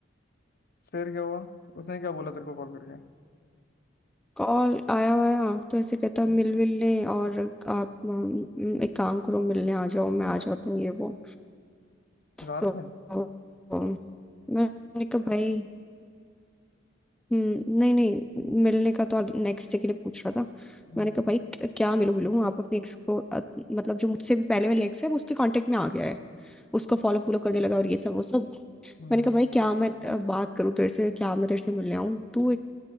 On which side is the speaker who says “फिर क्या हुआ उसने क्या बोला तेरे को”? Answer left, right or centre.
Left